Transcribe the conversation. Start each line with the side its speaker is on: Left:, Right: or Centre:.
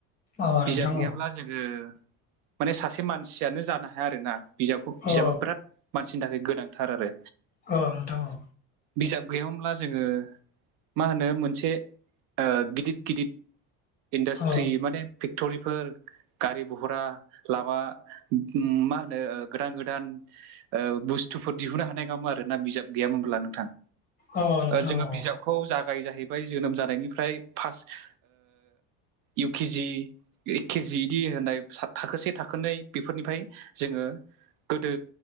Left: अ नोंथां
Right: बिजाब गैयाब्ला
Left: अ
Right: जोङो माने सासे मानसियानो जानो हाया आरोना। बिजाबखौ बिजाबा
Left: अ
Right: बिराद मानसिनि थाखाय गोनांथार आरो।
Left: अ नोंथां अ
Right: बिजाब गैयामोनब्ला जोङो मा होनो मोनसे ओ गिदिर गिदिर इन्डास्ट्रि
Left: अ
Right: माने फेक्ट'रिफोर गारि बहरा लामा मा होनो गोदान गोदान ओ बुस्थुफोर दिहुननो हानाय नङामोन आरो ना बिजाब गैयामोनब्ला नोंथां।
Left: अ नोंथां
Right: जोङो
Left: अ
Right: बिजाबखौ जागाय जाहैबाय जोनोम जानायनिफ्राय फार्स्ट इउखि जि एक केजि बिदि होननाय सा थाखोसे थाखोनै बेफोरनिफ्राय जोङो गोदो